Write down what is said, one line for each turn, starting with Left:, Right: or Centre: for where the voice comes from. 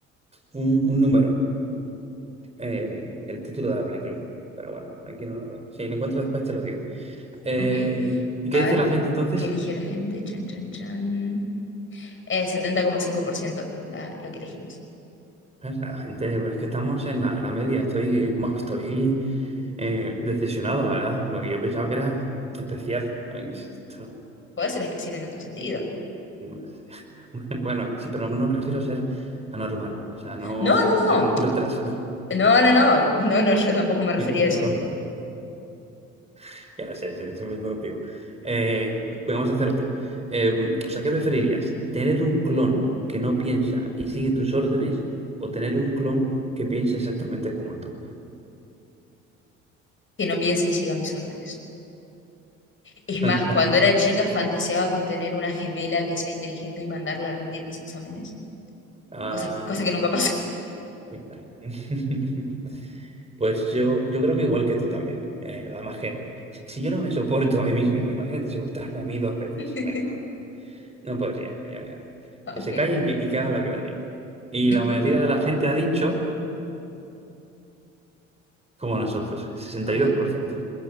Right: un, un número. eh, el título de la película. Pero bueno, aquí no la veo. Si lo encuentro después te lo digo. Eh,
Left: Ok.
Right: ¿y qué
Left: A
Right: dice
Left: ver,
Right: la gente entonces?
Left: ¿qué eligió la gente? Chan, chan, chan. Eh, setenta coma cinco por ciento la- lo que elegimos.
Right: Eh, La gente, pero es que estamos en la, en la media. Estoy, es más, estoy eh, decepcionado, la verdad, porque yo pensaba que era especial. Ay, esto-
Left: Puede ser especial en otro sentido.
Right: no sé. <laughs> Bueno, sí, pero no me refiero a ser anormal, o sea, no
Left: No, no,
Right: tener
Left: no.
Right: un retraso.
Left: No, no, no. No, no, yo tampoco me refería
Right: <laughs> Es
Left: a eso.
Right: Broma. <laughs> Ya lo sé, sí, estoy metiendo contigo. Eh, vamos a hacer otro. Eh, o sea, ¿qué preferirías? ¿Tener un clon que no piensa y sigue tus órdenes o tener un clon que piensa exactamente como tú?
Left: Que no piensa y siga mis órdenes. Es más,
Right: <laughs>
Left: cuando era chica fantaseaba con tener una gemela que sea inteligente y mandarla a rendir mis exámenes.
Right: Ah,
Left: Cosa, cosa que nunca pasó.
Right: me cago. <laughs> Pues yo, yo creo que igual que tú también. Eh, además que si, si yo no me soporto a mí mismo, imagínate soportarme a mí dos veces.
Left: <laughs>
Right: Venga, hombre. No podría. ya veo.
Left: Ok.
Right: Que se calle y que, y que haga lo que le diga. Y
Left: <laughs>
Right: la mayoría de la gente ha dicho como nosotros, 62%.
Left: Ok.